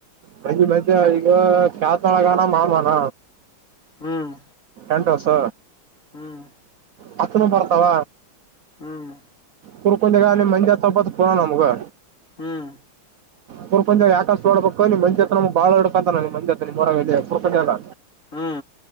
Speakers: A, on the right; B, on the left.
A: ಮಜ ಮದೆ ಈಗ ಕಾತಳಗಾನ ಮಾಮಾನ
B: ಹ್ಮ್
A: ಅಂಟ ಸ
B: ಹ್ಮ್
A: ಹಸುನು ಬರ್ತಾವ
B: ಹ್ಮ್
A: ಕುರ್ಕೊಂಡಿಗ ನಿಮ ಮಜ ಹತ್ ಪೋನನ ನಮಗೂ
B: ಹ್ಮ್
A: ಪೂರ್ಪ ಕ ಆಕಾಸ್ುಡ್ಬೇಕ ಮಂಜ ಹತ್ರನಮ್ ಬಾಳ ಹಡಕತಾನಮಂಜ ಹತ್ರ ನಿಮ್ಮ್ರ ಪರ್ಪಂಜ ಎಲ್ಲ
B: ಹ್ಮ